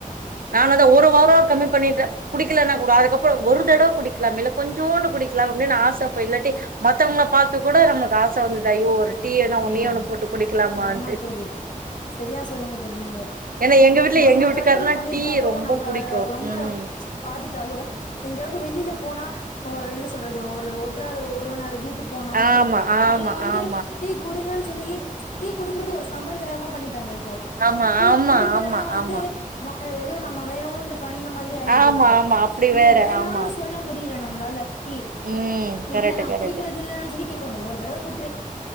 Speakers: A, on the right (about 85°); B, on the left (about 60°).
A: நா அந்த வந்து ஒரு வாரம் கம்மி பண்ணிட்டு குடிக்கலனா கூட அதுக்கப்பறம் ஒரு தடவ குடிக்கலாமே இல்ல கொஞ்சோண்டு குடிக்கலாமே அப்டின்னு ஆச அப்ப இல்லாட்டி மத்தவங்கள பாத்து துகூட நமக்கு ஆச வந்தது ஐயோ ஒரு டீ வேணா
B: ஆமா
A: ஒன்னே
B: தோழி
A: ஒண்ணு போட்டு குடிக்கலாமான்ட்டு
B: ஆமா தோழி சரியா சொன்னீங்க தோழி நீங்க
A: ஏன்னா
B: இப்
A: எங்க வீட்ல
B: நம்ப
A: எங்க வீட்டுக்காருனா
B: கண்ட்ரோல் பண்ணிகிட்டாலு
A: டீ ரொம்ப
B: நம்ப
A: புடிக்கு
B: அத ரொம்ப
A: ம்
B: பாத்துட்டாலு எங்கேயாவது வெளியில போ போனா என்ன சொல்றது ஒரு உற்றார் உறவினர் வீட் டுக் போனாலே
A: ஆமா ஆமா
B: அங்க வந்
A: ஆமா
B: து டீ குடிங்கனு சொல்லி டீ குடிக்கிறது ஒரு சம்பிர்தாயமா பண்ணிட்டாங்க இப்போ
A: ஆமா
B: டீ
A: ஆமா
B: குடிக்காலனா
A: ஆமா
B: வந்து
A: ஆமா
B: அ எதுவு நம்ம வேணுண்ட்டு பண்ண மாதிரி ஆயிடுது
A: ஆமா
B: இப்போ
A: ஆமா அப்டி வேற
B: வேணாம்னு
A: ஆமா
B: சொல்ல முடியல ந நம்மளால டீ
A: ம் கரெக்ட்
B: இல்ல நா
A: கரெக்ட்
B: குடிக்கறது இல்லனு சொல்லி கேட்க மாட்டாங் ஒரு தரவ குடி